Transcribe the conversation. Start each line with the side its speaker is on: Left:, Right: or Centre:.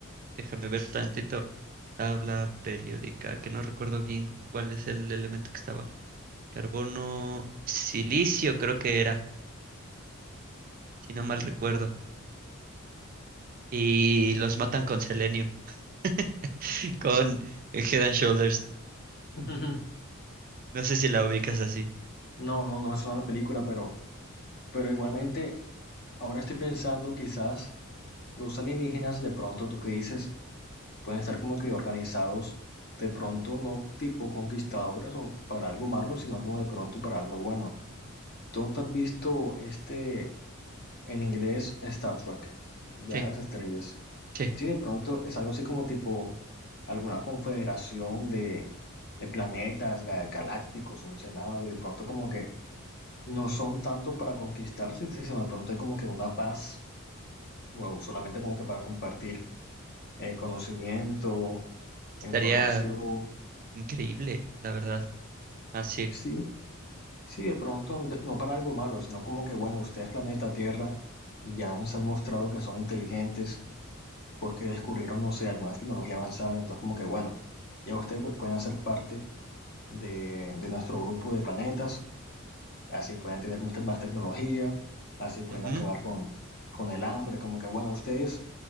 Right: déjame ver tantito, tabla periódica, que no recuerdo bien cuál es el elemento que está abajo. Carbono, silicio creo que era, si no mal recuerdo. Y los matan con selenio, <laughs> con Head and Shoulders.
Left: Ujú.
Right: No sé si la ubicas así.
Left: No, no, no me suena la película, pero, pero igualmente, ahora estoy pensando, quizás los alienígenas, de pronto, tú que dices, pueden estar como que organizados, de pronto no tipo conquistadores o para algo malo, sino como de pronto para algo bueno. ¿Tú no te has visto este, en inglés, Star Trek, Viaje
Right: Sí,
Left: a las Estrellas?
Right: sí,
Left: Sí, de pronto es algo así como tipo alguna confederación de, de planetas ga- galácticos, un senado, y de pronto como que No son tanto para conquistarse, sino de pronto hay como que una paz, o solamente como que para compartir eh, conocimiento,
Right: estaría
Left: información.
Right: increíble, la verdad. Así.
Left: Sí, sí, de pronto, de- no para algo malo, sino como que, bueno, ustedes, planeta Tierra, ya nos han mostrado que son inteligentes porque descubrieron, no sé, alguna tecnología avanzada. Entonces, como que, bueno, ya ustedes pu- pueden hacer parte de, de nuestro grupo de planetas, así pueden tener más, te- más tecnología, así pueden
Right: Ujú,
Left: acabar con, con el hambre, como que, bueno, ustedes